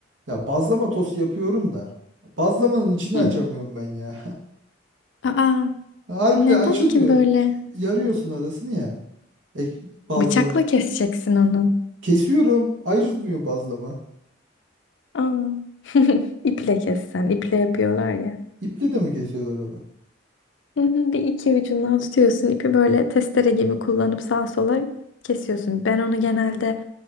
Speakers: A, on the right; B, on the left.
A: ya bazlama tost yapıyorum da bazlamanın içini
B: Hı.
A: açamıyorum ben ya.
B: Aa
A: <laughs> Harbiden
B: neden
A: açılmıyor.
B: ki böyle?
A: Yarıyorsun arasını ya. Ek, bazlama
B: Bıçakla keseceksin onu.
A: Kesiyorum. Ayrılmıyor bazlama.
B: Aa. <laughs> İple kessen. İple yapıyorlar ya.
A: İple de mi kesiyorlar onu?
B: Hı hı, Bir iki ucundan tutuyorsun. ipi böyle testere gibi kullanıp sağa sola kesiyorsun. Ben onu genelde